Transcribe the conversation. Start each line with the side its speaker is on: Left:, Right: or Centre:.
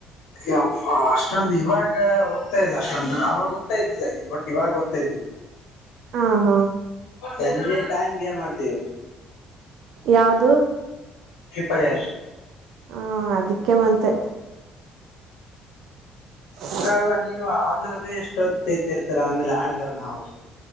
Left: ಯಪ್ಪ ಅಷ್ಟೊಂದು ಇವಾಗ ಓದ್ತಾ ಇಲ್ಲ ಅಷ್ಟೊಂದ ಅವಾಗ ಓದತಾ ಇದ್ಲಿಲ್ಲ ಬಟ್ ಇವಾಗ ಓದ್ತಾಯಿದಿವಿ
Right: ಹ ಹಾ
Left: ಯನೀ ಟೈಮ್ ಗೇಮ್ ಆಡ್ತೀವಿ.
Right: ಯಾವದು?
Left: ಫ್ರೆಫೈರ್.
Right: ಹಾ ಅದಕ್ಕೆ ಮತ್ತೆ. <unintelligible>
Left: ಅಲ್ಲ ಅಲ್ಲ ನೀವ್ ಆಗ್ಲಾದ್ರೆ ಎಷ್ಟ ಹೊತ್ತ ಇದ್ದಿರ್ತರ ಆಮೇಲೆ ಆಡಿದಾರ ನಾವು.